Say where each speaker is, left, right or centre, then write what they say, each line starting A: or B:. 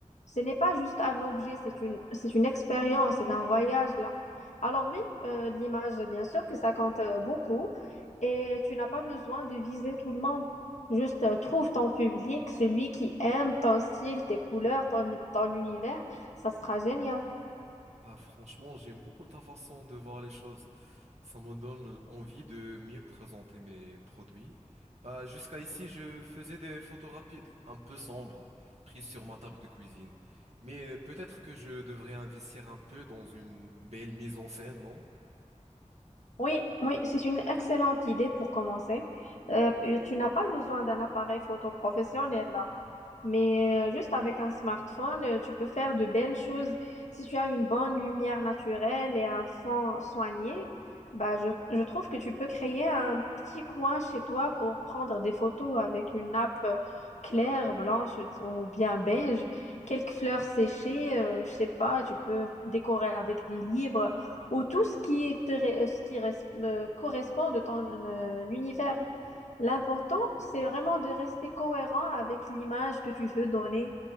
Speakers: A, on the left; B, on the right.
A: Ce n'est pas juste un objet, c'est une, c'est une expérience, c'est un voyage là. Alors oui, euh, l'image, bien sûr que ça compte euh, beaucoup et tu n'as pas besoin de viser tout le monde. Juste euh, trouve ton public, celui qui aime ton style, tes couleurs, ton, ton univers, ça sera génial.
B: Ah, franchement, j'aime beaucoup ta façon de voir les choses. Ça me donne envie de mieux présenter mes produits. Bah, jusqu'à ici, je faisais des photos rapides, un peu sombres, prises sur ma table de cuisine. Mais euh, peut-être que je devrais investir un peu dans une belle mise en scène, non?
A: Oui, oui, c'est une excellente idée pour commencer. Euh, tu n'as pas besoin d'un appareil photo professionnel là. Mais euh, juste avec un smartphone, euh, tu peux faire de belles choses. Si tu as une bonne lumière naturelle et un fond soigné, bah, je, je trouve que tu peux créer un petit coin chez toi pour prendre des photos avec une nappe euh, claire, blanche ou bien beige, quelques fleurs séchées, euh, je sais pas, tu peux décorer avec des livres ou tout ce qui te, ré- ce qui res- euh, correspond de ton euh, univers. L'important, c'est vraiment de rester cohérent avec l'image que tu veux donner.